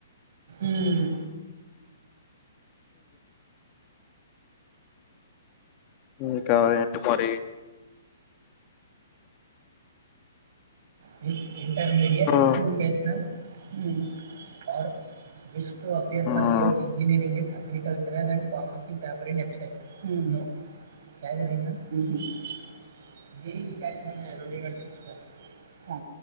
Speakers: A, on the right; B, on the left.
A: మ్మ్.
B: ఇకా ఎంటి మరి
A: వి ఇంటర్మీడియట్
B: హ్మ్.
A: హమ్ vocational hum are is టటు appear
B: హ్మ్.
A: ఫ బోత్ ఇంజనీరింగ్ ఇడ్ అగ్రికల్చర్ అణు ఫార్మసీ ఫాబ్రిన్ ఎస్పెట్ నో <unintelligible> చ